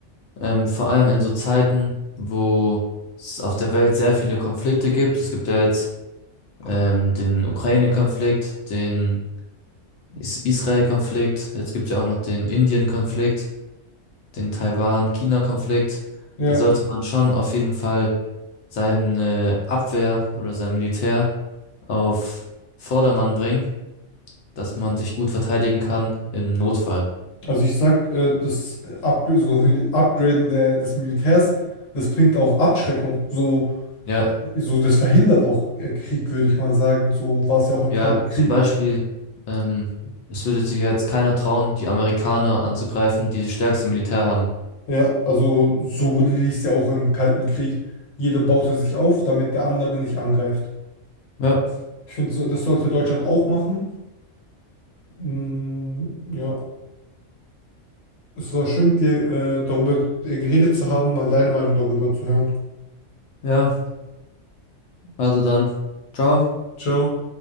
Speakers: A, on the left (about 70°); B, on the left (about 85°).
A: ähm, vor allem in so Zeiten, wo es auf der Welt sehr viele Konflikte gibt, es gibt ja jetzt ähm, den Ukraine-Konflikt, den Is Israel-Konflikt, jetzt gibt es ja auch noch den Indien-Konflikt, den Taiwan-China-Konflikt.
B: ja.
A: Da sollte man schon auf jeden Fall seine Abwehr oder sein Militär auf Vordermann bringen, dass man sich gut verteidigen kann im Notfall.
B: Also ich sag, äh, das Up so <laughs> Upgraden der, des Militärs, das bringt auch Abschreckung. So,
A: Ja,
B: so das verhindert auch äh, Krieg, würde ich mal sagen. So war es ja auch im
A: ja,
B: Kalten Krieg.
A: zum Beispiel, ähm, es würde sich ja jetzt keiner trauen, die Amerikaner anzugreifen, die das stärkste Militär haben.
B: Ja, also so lief es ja auch im Kalten Krieg. Jeder baute sich auf, damit der andere nicht angreift.
A: Ja,
B: Ich finde, so, das sollte Deutschland auch machen. Mm, ja, es war schön mit dir äh, darüber geredet zu haben, mal deine Meinung darüber zu hören.
A: ja, also dann. Ciao.
B: Ciao.